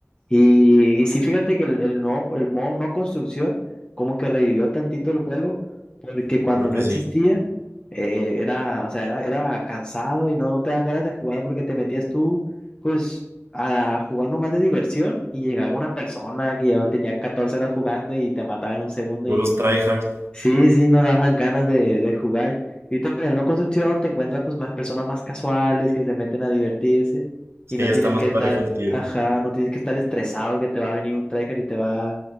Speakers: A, on the left (about 20°); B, on the right (about 65°).
A: Y, y sí, fíjate que el, el no, el modo no construcción como que revivió tantito el juego, porque
B: yo
A: cuando
B: creo
A: no
B: que
A: existía,
B: sí.
A: eh, era, o sea, era, era cansado y no, no te dan ganas de jugar porque te metías tú, pues, a jugar nomás de diversión y llegaba una persona que ya tenía 14 horas jugando y te mataba en un segundo
B: Puros tryhard.
A: Sí, sí, nos daban ganas de, de jugar. Y ahorita con el no construcción te encuentras pues más personas más casuales que se meten a divertirse
B: Sí,
A: y no
B: ya
A: tienes
B: está más
A: que
B: parejo
A: estar,
B: el tiro.
A: ajá, no tienes que estar estresado que te va a venir un tryhard y te va,